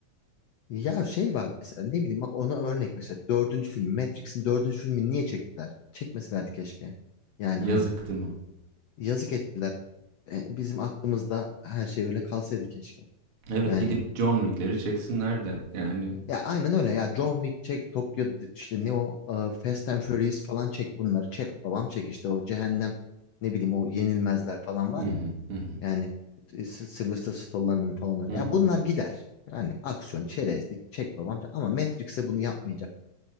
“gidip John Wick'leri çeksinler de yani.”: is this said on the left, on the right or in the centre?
Right